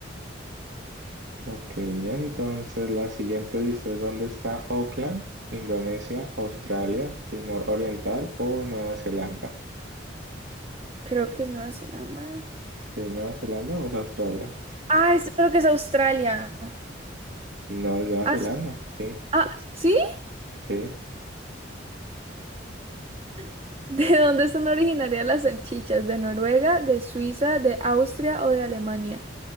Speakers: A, on the right (about 75°); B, on the right (about 30°).
A: Ok, entonces la siguiente dice, ¿dónde está Auckland? Indonesia, Australia, Timor Oriental o Nueva Zelanda.
B: creo que es Nueva Zelanda.
A: ¿Que es Nueva Zelanda o es Australia?
B: Ah, es- creo que es Australia.
A: No, es Nueva
B: Ah,
A: Zelanda,
B: s-
A: sí,
B: ah, ¿sí?
A: sí.
B: <laughs> ¿De dónde son originarias las salchichas? ¿De Noruega, de Suiza, de Austria o de Alemania?